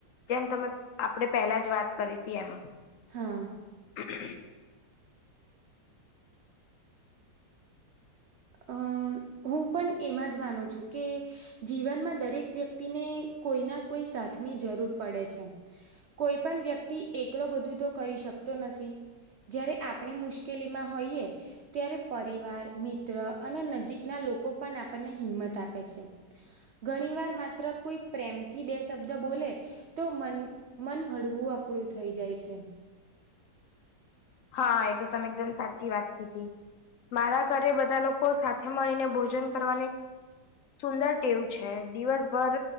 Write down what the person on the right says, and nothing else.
હા.
અ હું પણ એમાં જ માનું છું કે જીવનમાં દરેક વ્યક્તિને કોઈ ના કોઈ સાથની જરૂર પડે છે. કોઈ પણ વ્યક્તિ એકલો બધું તો કરી શકતો નથી. જયારે આપણે મુશ્કેલીમાં હોઈએ ત્યારે પરિવાર મિત મિત્ર અને નજીકના લોકો પણ આપણને હિંમત આપે છે ઘણી વાર માત્ર કોઈ પ્રેમથી બે શબ્દ બોલે. તો મન મન હળવું આપણું થઈ જાય છે.